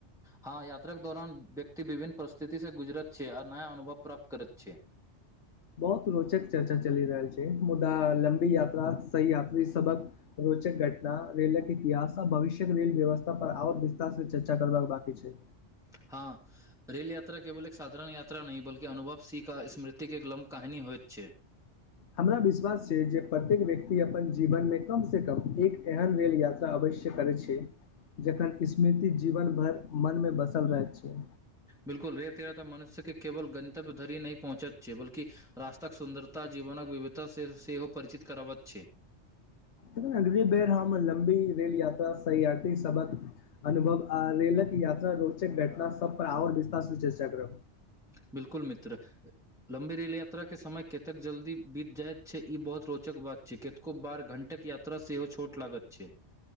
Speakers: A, in the centre; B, on the left (about 70°).
A: हँं यात्राक के दौरान व्यक्ति विभिन्न परिस्थिति से गुजरत छै आ नया अनुभव प्राप्त करैत छै
B: बहुत रोचक चर्चा चलि रहल छै मुदा लम्बी यात्रा सही यात्री सबक रोचक घटना रेलके इतिहास आ भविष्यक रेल व्यवस्था पर आओर विस्तार से चर्चा करबाक बाकी छै
A: हँ रेल यात्रा केवल एक साधारण यात्रा नहि बल्कि अनुभव सी का स्मृतिके एक लम् कहाहानी होत छै
B: हमरा विश्वास छै जे प्रत्येक व्यक्ति अपन जीवन मे कम से कम एक एहन रेल यात्रा अवश्य करै छै जखन स्मृति जीवन भर मनमे बसल रहैत छै
A: बिलकुल रेतेरा तऽ मनुष्यके केवल गंतव्य धरिह पहुँचत छै बल्कि रास्ताक सुन्दरता जीवनक विविधता से सेहो परिचित कराबैत छै
B: एहि। बेर हम लमबी रेेल यात्रा सेयात्रि सबक अनुभव आ रेलक याता रोचक घटना सब पर आओर विस्तार चर्चा कर्रह
A: बिलकुल मित्र लम्बी रेल यात्राके समय कतेक जल्दी बीत जाइत छै ई बहुत रोचक बात छै कुब बार घण्टक यात्रा सेहो छोट लागत छै